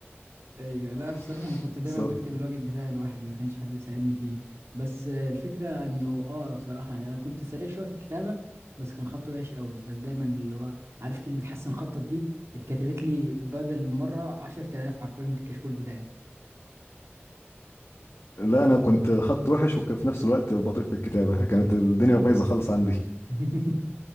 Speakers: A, on the right; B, on the left.
A: ايوه لا
B: <laughs>
A: بصراحه انا كنت دايما
B: بس
A: بكتب الواجب بتاعي لوحدي ما كانش حد بيساعدني فيه بس آه، الفكره انه اه بصراحه يعني انا كنت سريع شويه في الكتابه بس كان خطي وحش قوي فدايما اللي هو عارف كلمه حسن خطك دي اتكتبت لي بدل مره 10000 حرفيا في الكشكول بتاعي
B: لا انا كنت خط وحش وفي نفس الوقت بطيء في الكتابه كانت الدنيا بايظه خالص عندي
A: <laughs>